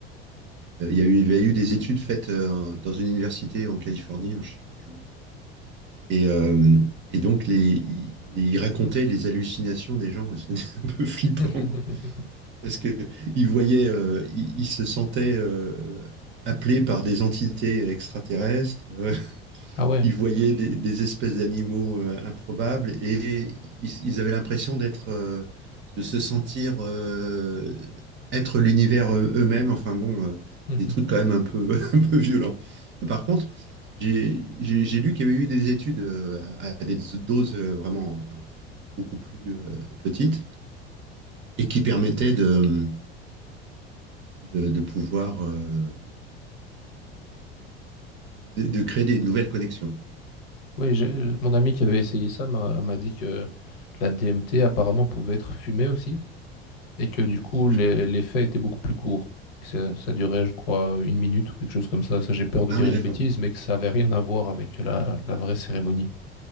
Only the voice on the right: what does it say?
il y a eu, il y a eu des études faites euh, dans une université en Californie, hein, je sais plus où. Et, euh, et donc, les, il, il racontait les hallucinations des gens. <laughs> C'est un peu flippant,
Parce qu'il voyait, euh, il, il se sentait euh, euh, appelé par des entités extraterrestres, euh, <laughs>
il voyait des, des espèces d'animaux euh, improbables et ils, ils avaient l'impression d'être, euh, de se sentir euh, être l'univers eux- eux-mêmes. Enfin bon, euh,
des trucs quand même un peu, <laughs> un peu violents. par contre, j'ai j'ai- j'ai lu qu'il y avait eu des études euh, à, à des doses euh, vraiment euh, beaucoup plus euh, petites et qui permettaient de de, de pouvoir euh, de, de créer des nouvelles connexions, quoi.
Ah, ça, je
sais pas.
Ah
oui,
d'accord.